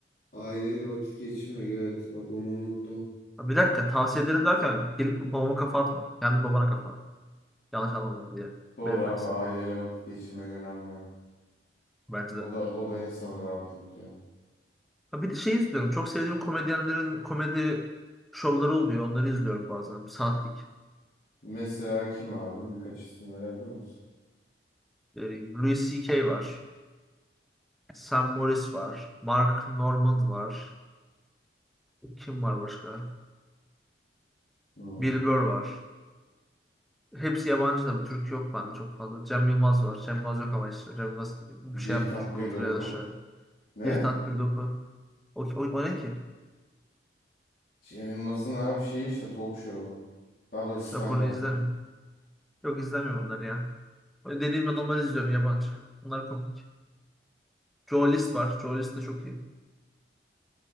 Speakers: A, on the left; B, in the centre.
A: aileyle vakit geçirmek evet. Bak onu unuttum.
B: Ha, Bir dakika tavsiye ederim derken gelip babama kafa atma. Kendi babana kafa at. Yanlış anlamadım diye
A: doğru
B: belirtmek
A: abi
B: istedim.
A: aileyle vakit geçirmek önemli.
B: Bence de.
A: O da o da insanı rahatlatıyor.
B: Ha, bir de şey izliyorum. Çok sevdiğim komedyenlerin komedi şovları oluyor. Onları izliyorum bazen. Bir saatlik.
A: Mesela kim abi? Birkaç isim verebilir misin?
B: Ee, Louis C.K. var. Sam Morris var. Mark Normand var. Kim var başka?
A: Hmm.
B: Bill Burr var. Hepsi yabancı tabii. Türk yok bende çok fazla. Cem Yılmaz var. Cem Yılmaz yok ama işte. Cem Yılmaz bir
A: Bir
B: şey yapmıyor
A: tat
B: çünkü
A: bir
B: oturuyor
A: doku.
B: yaşıyor.
A: Ne?
B: Bir tat bir dopu. O, o, o ne ki?
A: Cem Yılmaz'ın abi şeyi işte talk show'u. Daha doğrusu
B: Yok
A: stand-up.
B: onu izlemiyorum. Yok izlemiyorum onları ya. Öyle Dediğim adamları izliyorum yabancı. Onlar komik. Joe List var. Joe List de çok iyi.